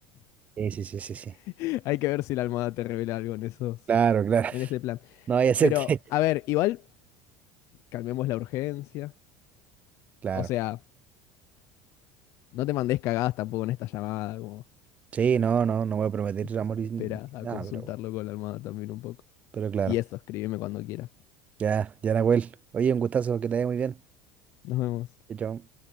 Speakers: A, on the right; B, on the left.
A: Sí, sí, sí, sí, sí.
B: <laughs> Hay que ver si la almohada te revela algo en esos,
A: Claro, claro.
B: en
A: <laughs>
B: ese plan.
A: No vaya a ser
B: Pero,
A: que.
B: a ver, igual calmemos la urgencia.
A: Claro.
B: O sea, no te mandes cagadas tampoco en esta llamada, como
A: Sí, no, no, no voy a prometer
B: esp-
A: amor
B: espera
A: y
B: a
A: nada,
B: consultarlo
A: pero,
B: con la almohada también un poco.
A: pero claro.
B: Y eso, escríbeme cuando quieras.
A: Ya, ya, Nahuel. Oye, un gustazo, que te vaya muy bien.
B: Nos vemos.
A: Chao. chao.